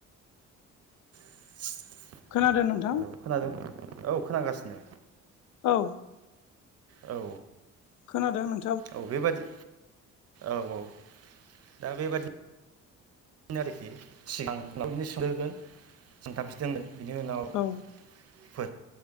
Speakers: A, on the right; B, on the left.
A: <unintelligible>
B: खोनादों नोंथां
A: हेलौ खोनादों औ खोनागासिनो
B: औ
A: औ
B: खोनादों नों
A: औ बेेबादि औ - औ दा बेबादि आरोखि सिगां बिनो सुहोगोन सानथामसो दोनगोन बिनि उनाव
B: औ